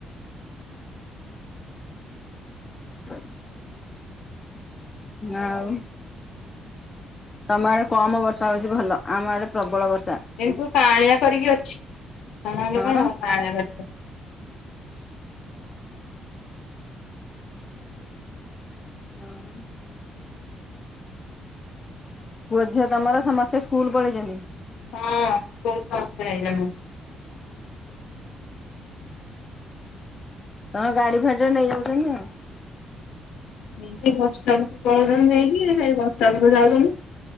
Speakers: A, on the left; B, on the left.
A: ହ ଆଉ। ତମ ଆଡ଼େ କମ ବର୍ଷା ହଉଛି ଭଲ ଆମ ଆଡ଼େ ପ୍ରବଳ ବର୍ଷା।
B: କିନ୍ତୁ <unintelligible> କରିକି ଅଛି ସାାନ ହେଲେ
A: ହଁ।
B: କଣ ହବ <unintelligible> କରିକି
A: ହୁଁ। ପୁଅ ଝିଅ ତମର ସମସ୍ତେ ସ୍କୁଲ ପଳେଇଛନ୍ତି?
B: ହଁ। <inaudible>
A: ହଁ ଗାଡ଼ି ଫାଡ଼ିରେ ନେଇଯାଉଛନ୍ତି ଆଉ।
B: ସେ ବସ ଷ୍ଟପକୁ ପଳଉଛନ୍ତି ନେଇକି ସେଇ ବସ୍ ଷ୍ଟପକୁ ଯାଉଛନ୍ତି।